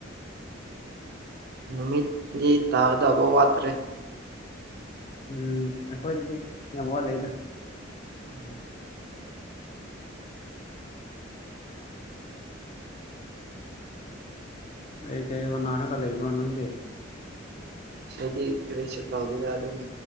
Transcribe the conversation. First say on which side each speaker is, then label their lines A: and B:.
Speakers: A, on the right (about 55°); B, on the left (about 35°).
A: ꯅꯨꯃꯤꯠꯗꯤ ꯇꯥꯒꯗꯐꯧ ꯋꯥꯠꯇ꯭ꯔꯦ
B: ꯎꯝ ꯑꯩꯈꯣꯏꯗꯗꯤ ꯌꯥꯝ ꯋꯥꯠꯂꯤꯗ
A: ꯑꯝ
B: ꯀꯩ ꯀꯩ ꯍꯣꯅꯅꯒ ꯂꯩꯕꯔꯥ ꯅꯪꯗ
A: ꯁꯤꯗꯤ ꯀꯔꯤꯁꯨ ꯇꯧꯗꯣꯏꯗ ꯑꯗꯨꯝ